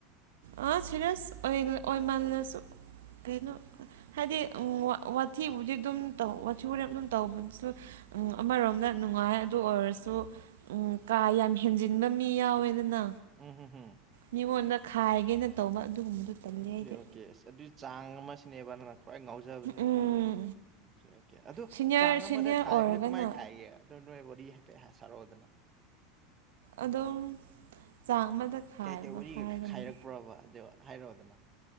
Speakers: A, on the right (about 80°); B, on the right (about 25°).
A: ꯑꯥ ꯁꯤꯔꯁ ꯑꯣꯏ ꯑꯣꯏꯃꯜꯂꯁꯨ ꯀꯩꯅꯣ ꯍꯥꯏꯗꯤ ꯋꯥꯊꯤꯕꯨꯗꯤ ꯑꯗꯨꯝ ꯇ ꯋꯥꯊꯤ ꯑꯗꯨꯝ ꯇꯧꯕ ꯎ ꯑꯃꯔꯣꯝꯗ ꯅꯨꯡꯉꯥꯏ ꯑꯗꯨ ꯑꯣꯏꯔꯁꯨ ꯎꯝ ꯀꯥ ꯌꯥꯝ ꯍꯦꯟꯖꯤꯟꯕ ꯃꯤ ꯌꯥꯎꯋꯦꯗꯅ
B: ꯎꯝ ꯍꯝ ꯍꯝ
A: ꯃꯤꯉꯣꯟꯗ ꯈꯥꯏꯒꯦꯅ ꯇꯧꯕ ꯑꯗꯨꯒꯨꯝꯕꯗꯨ ꯇꯜꯂꯦ
B: ꯑꯣꯀꯦ
A: ꯑꯩꯗꯤ
B: ꯑꯣꯀꯦ ꯑꯁ ꯑꯗꯨꯒꯤ ꯆꯥꯡ ꯑꯃ ꯁꯤꯅꯦꯕ ꯅꯪꯅ ꯈ꯭ꯋꯥꯏ ꯉ ꯐꯥꯎꯖꯕꯁꯦ
A: ꯎꯝ
B: ꯑꯣꯀꯦ ꯑꯣꯀꯦ ꯑꯗꯨ
A: ꯁꯤꯅꯤꯌꯔ
B: ꯆꯥꯡ ꯑꯃꯗ
A: ꯁꯤꯅꯤꯌꯔ
B: ꯈꯥꯏꯕꯁꯦ
A: ꯑꯣꯏꯔꯒꯅ
B: ꯀꯃꯥꯏ ꯈꯥꯏꯒꯕ ꯑꯗꯨꯗ ꯅꯣꯏ ꯋꯥꯔꯤ ꯍꯥꯏꯐꯦꯠ ꯁꯔꯣꯗꯅ
A: ꯑꯗꯨꯝ ꯆꯥꯡ ꯑꯃꯗ ꯈꯥꯏꯕ
B: ꯀꯩ ꯀꯩ ꯋꯥꯔꯤꯒ
A: ꯍꯥꯏꯔꯒꯅ
B: ꯈꯥꯏꯔꯛꯄ꯭ꯔꯥꯕ ꯑꯗꯨꯗ ꯍꯥꯏꯔꯛꯑꯣꯗꯅ